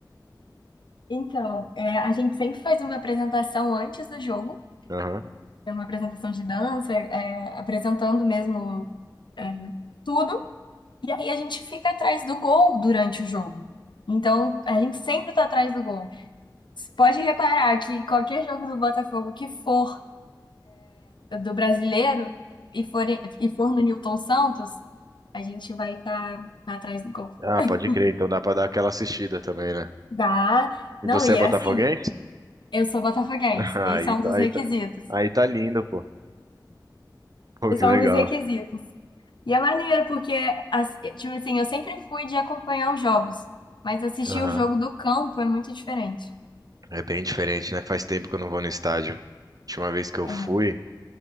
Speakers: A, on the left; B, on the right.
A: Então, é, a gente sempre faz uma apresentação antes do jogo,
B: Aham,
A: é uma apresentação de dança, é, é, apresentando mesmo é, tudo, e aí a gente fica atrás do gol durante o jogo. Então, a gente sempre está atrás do gol. Pode reparar que qualquer jogo do Botafogo que for do brasileiro e for, em- e for no Nilton Santos, a gente vai estar atrás do gol.
B: Ah,
A: <laughs>
B: pode crer, então dá pra dar aquela assistida também, né?
A: Dá.
B: E
A: Não,
B: você
A: e
B: é botafoguense?
A: é assim, eu sou botafoguense.
B: <laughs> Aí,
A: Esse é um
B: tá-
A: dos
B: aí,
A: requisitos.
B: tá- aí tá lindo, pô. Pô,
A: Esse
B: que legal.
A: é um dos requisitos. E é maneiro, porque, as- tipo assim, eu sempre fui de acompanhar os jogos, mas assistir
B: Aham.
A: o jogo do campo é muito diferente.
B: É bem diferente, né? Faz tempo que eu não vou no estádio. Última vez que eu
A: É
B: fui,